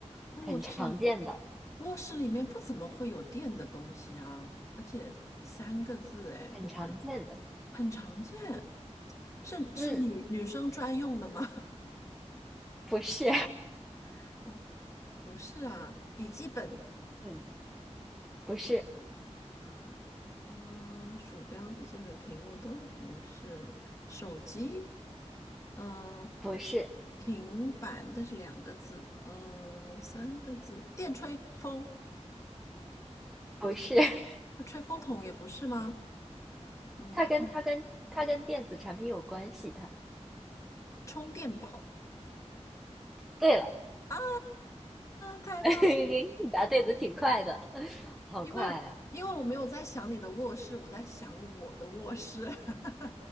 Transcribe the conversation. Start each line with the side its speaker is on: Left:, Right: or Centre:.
Left: 卧室里面，
Centre: 很常见的，
Left: 卧室里面不怎么会有电的东西啊，而且三个字，哎，
Centre: 很常见的，
Left: 有点很常见，是是女女生专用的吗？
Centre: 嗯，不是，
Left: <laughs> 哦，不是啊，笔记本
Centre: <laughs> 嗯，不是，
Left: 啊，嗯，鼠标、笔记本、屏幕都不是，手机，嗯，
Centre: 不是，
Left: 平板，但是两个字，嗯，三个字，电吹风，
Centre: 不是，<laughs>
Left: 这吹风筒也不是吗？嗯，
Centre: 它跟它跟它跟电子产品有关系，它。
Left: 充电宝
Centre: 对了，
Left: 啊，太棒！
Centre: <laughs> 你答对的挺快的，<laughs> 好快啊！
Left: 因为因为我没有在想你的卧室，我在想我的卧室，<laughs>